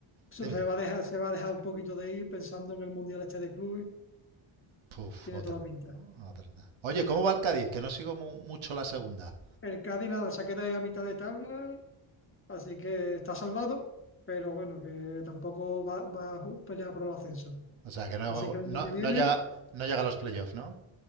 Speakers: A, on the left; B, on the right.
A: se
B: dime.
A: se va a dejar, se va a dejar un poquito de ir pensando en el Mundial este de clubes.
B: Puf,
A: Tiene
B: otra.
A: toda la pinta.
B: otra. otra. Oye, ¿cómo va el Cádiz? Que no sigo mu- mucho la segunda.
A: El Cádiz nada, se ha quedado ahí a mitad de tabla, así que está salvado, pero bueno, que tampoco va, va a ju- pelear por el ascenso.
B: O sea, que no,
A: Así que el
B: no,
A: año que viene,
B: no llega, no llega a los playoffs, ¿no?